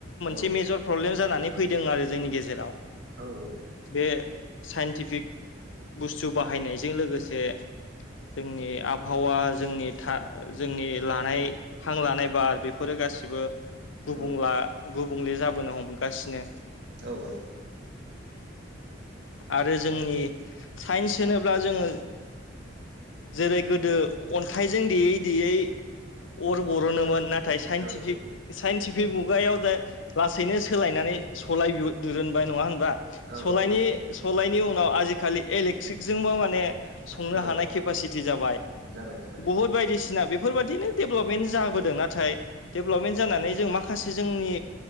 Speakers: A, on the right; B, on the left.
A: औ
B: थि मेजर प्रब्लेम जानानै फैदों आरो जोंनि गेजेराव।
A: औ औ
B: बे साइन्टिफिक बुस्थु बाहायनायजों लोगोसे जोंनि आबहावा जोंनि था जोंनि लानाय हां लानाय बार बेफोरो गा गासिबो गुबुंला
A: औ
B: गुबुंले जाबोनो हमगासिनो।
A: औ औ।
B: आरो जोंनि साइन्स होनोब्ला जोङो जेरै गोदो अन्थाइजों देयै देयै अर बर'नोमोन नाथाय साइन्टिफिक
A: औ
B: साइन्टिफिक बे मुगायाव जे लासैनो सोलायनानै सलाय बि दिरुनबाय नङा होन बा?
A: औ
B: सलायनि सलायनि उनाव आजिखालि इलेकट्रिकजोंबो माने संनो
A: औ
B: हानाय खेफासिटि जाबाय,
A: जाबाय जाबाय
B: बुहुत बायदि बायदिसिना बेफोरबायदिनो डेभेलपमेन्ट जाबोदों नाथाय डेभेलपमेन्ट जानानै जों माखासे जोंनि